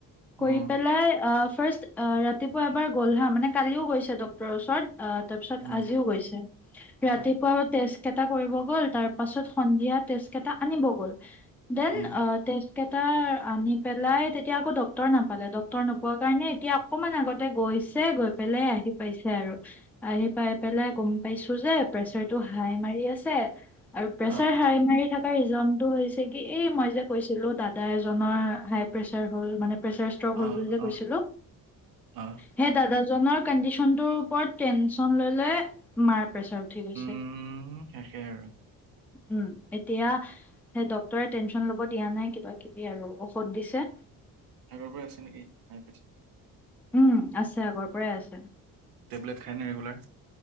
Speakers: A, in the centre; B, on the right.
A: কৰি
B: উম,
A: পেলাই আহ। ফাৰ্ষ্ট ৰাতিপুৱা এবাৰ গলহা মানে কালিও গৈছে ডক্টৰৰ ওচৰত। তাৰ পিছত
B: উম,
A: আজিও গৈছে ৰাতিপুৱা
B: উম,
A: তেজ কেইটা। কৰিব গল তাৰ পাছত সন্ধিয়া তেজ কেইটা আনিব গ'ল বেন
B: উম,
A: আ। কেইটা আনি পেলাই তেতিয়া আকৌ ডক্টৰ নাপালে ডক্টৰ নোপোৱাৰ কাৰণে এতিয়া অকণমান আগতে গৈছে। গৈ পেলাই আহি পাইছে আৰু। আহি পাই পেলাই গম পাইছো যে প্ৰেচাৰটো হাই মাৰি আছে। আৰু প্ৰেছাৰ
B: অ',
A: হাই মাৰি থকা ৰিজনটো হৈছে কি এই মই যে কৈছিলো দাদা এজনৰ হাই প্ৰেচাৰ হ'ল মানে। পেছাৰ ইস্তক হ'ল
B: অ',
A: বুলি
B: অ',
A: কৈছিলো
B: অ',
A: সেই দাদাজনৰ কডিচনটো ওপৰত। টেনচন লৈ লৈ মাৰ প্ৰেছাৰ উঠি গৈছে।
B: উম, শেষে আৰু।
A: উ এতিয়া সেই ডক্তৰে টেনচন ল'ব দিয়া নাই কিবা কিবি আৰু ঔষধ দিছে।
B: আগৰ পৰা আছে নেকি? নাই পিছে।
A: উম আছে আগৰ পৰাই আছে।
B: টেবলেট খায়নে ৰেগুলাৰ।